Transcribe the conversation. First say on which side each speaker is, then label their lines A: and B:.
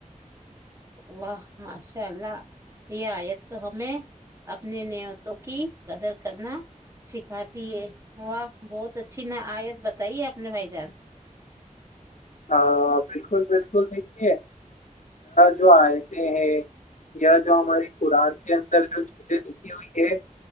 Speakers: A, on the right; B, on the left.
A: واہ ماشاء اللہ یہ آیت تو ہمیں اپنی نیتوں کی قدر کرنا سکھاتی ہے واہ بہت اچھی نا آیت بتائیے اپنے بھائی جان
B: ہاں بالکل بالکل دیکھیے جو آیتیں ہیں یا جو ہماری قرآن کے اندر جو چیزیں لکھی ہوئی ہے